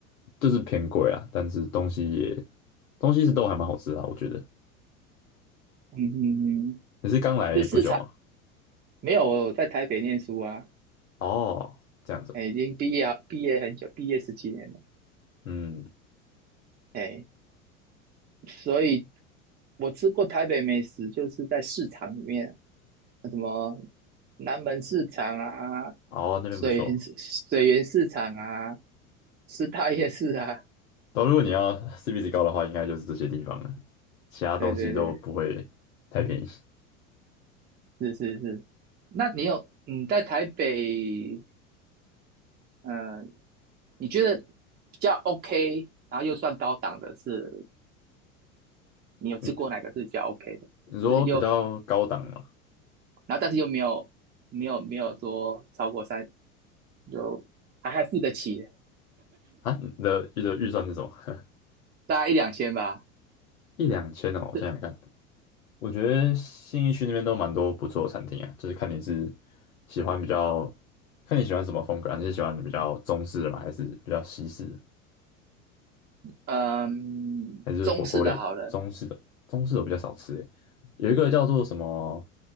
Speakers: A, on the left; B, on the right.
A: 就是偏贵啊。但是东西也东西是都还蛮好吃的啊，我觉得。
B: 嗯嗯嗯，
A: 你是刚来不久吗？
B: 这市场。没有，我在台北念书啊，
A: 哦，这样子，
B: 哎，已经毕业啊，毕业很久，毕业十几年了，
A: 嗯，
B: 哎，所以我吃过台北美食，就是在市场里面，什么南门市场啊，
A: 哦，那边不错。
B: 水源市水源市场啊，师大夜市啊，
A: 都如果你要 CP 值高的话，应该就是这些地方了，其他东西都不会太便宜。
B: 对对对，是是是。那你有嗯，在台北，呃，你觉得比较 OK，然后又算高档的是，你有吃过哪个是比较
A: 嗯，
B: OK 的？
A: 你说比较高档嘛？
B: 就是又然后但是又没有没有没有说超过三，就还还付得起，
A: 啊，你的你的预算是什么？<laughs>
B: 大概一两千吧。
A: 一两千哦，我想想看，
B: 是
A: 我觉得信义区那边都蛮多不错的餐厅啊，就是看你是喜欢比较，看你喜欢什么风格啊，你是喜欢比较中式的吗，还是比较西式的？
B: 嗯，
A: 还是火锅类，
B: 中式的好了，
A: 中式的，中式的我比较少吃诶。有一个叫做什么，